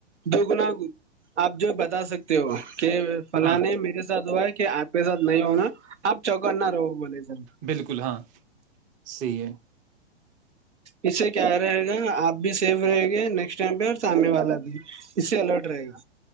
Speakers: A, on the right (about 85°); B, on the right (about 20°).
A: دو گنا کو آپ جو بتا سکتے ہو کہ فلانے
B: ہاں
A: میرے ساتھ ہوا ہے کہ آپ کے ساتھ نہیں ہونا آپ چوکنہ رہو بولے سر
B: بالکل ہاں صحیح ہے
A: اس سے کیا رہے گا آپ بھی سیف رہےیں گے نیکسٹ ٹائم پہ اور سامنے والا بھی اس سے الرٹ رہے گا